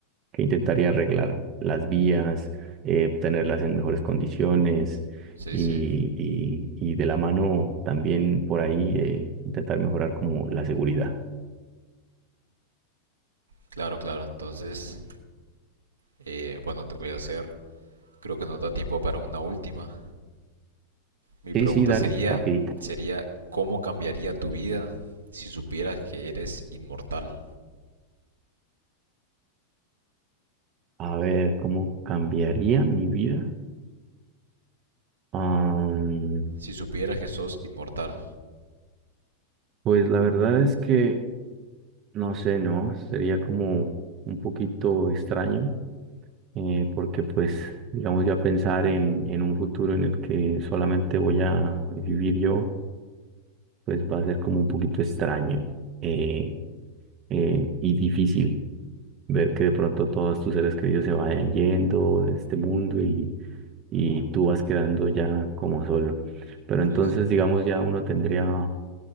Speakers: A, on the right (about 35°); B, on the right (about 75°).
A: que intentaría arreglar las vías, eh, tenerlas en mejores condiciones
B: Sí,
A: y,
B: sí.
A: y- y de la mano también por ahí eh, intentar mejorar como la seguridad.
B: Claro, claro. Entonces, eh, bueno, te voy a hacer. Creo que nos da tiempo para una última. Mi
A: Sí,
B: pregunta
A: sí, dale,
B: sería,
A: rapidita.
B: sería, ¿cómo cambiaría tu vida si supieras que eres inmortal?
A: A ver, ¿cómo cambiaría mi vida? Am,
B: Si supieras que sos inmortal.
A: pues la verdad es que, no sé, ¿no? Sería como un poquito extraño, eh, porque pues, digamos, ya pensar en, en un futuro en el que solamente voy a vivir yo pues va a ser como un poquito extraño eh, eh, y difícil ver que de pronto todos tus seres queridos se vayan yendo de este mundo y, y tú vas quedando ya como solo. Pero
B: Sí,
A: entonces,
B: sí.
A: digamos, ya uno tendría